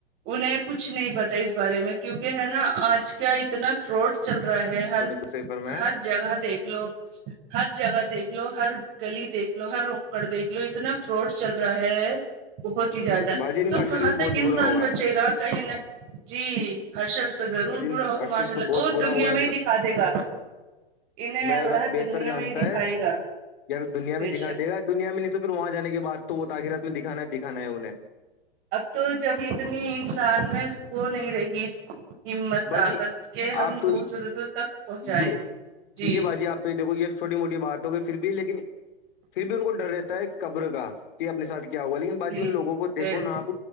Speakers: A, on the right; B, on the left.
A: انہیں کچھ نہیں بتا اس بارے میں کیونکہ ہے نا آج کیا اتنا فراڈ چل رہا ہے
B: صحیح فرمایا
A: ہر جگہ دیکھ لو ہر جگہ دیکھ لو ہر گلی دیکھ لو ہر اوکڑ دیکھ لو اتنا فراڈ چل رہا ہے بہت ہی زیادہ
B: بھاجی ان
A: تو
B: کا اشر
A: کہاں
B: بھی
A: تک
B: بہت
A: انسان
B: برا ہوگا
A: بچے گا کہیں نہ جی حشر تو ضرور
B: بھاجی ان
A: برا
B: کا
A: ہوگا
B: اشر
A: ماشاء اللہ
B: تو بہت
A: اور
B: برا
A: دنیا
B: ہوگا
A: میں ہی دکھا دے گا انہیں
B: میں
A: اللہ
B: اب بہتر
A: دنیا
B: جانتا
A: میں ہی دکھائے
B: ہے
A: گا
B: یار دنیا
A: بے
B: میں دکھا
A: شک
B: دے گا دنیا میں نہیں تو پھر وہاں جانے کے بعد تو وہ تخیرات میں دکھانا دکھانا ہے انہیں
A: اب تو جب اتنی انسان میں وہ نہیں رہی ہمت
B: باجی
A: طاقت کے ہم
B: آپ تو
A: دوسرز تک پہنچاے
B: یہ
A: جی
B: ٹھیک ہے باجی آپ تو دیکو یہ چوٹی موٹی باتوں پر پھر بھی لیکن پھر بھی ان کو ڈر رہتا ہے قبر کا کہ اپنے ساتھ کیا ہوا لیکن باجی
A: جی
B: ان لوگوں کو
A: بل
B: دیکھو نا آپ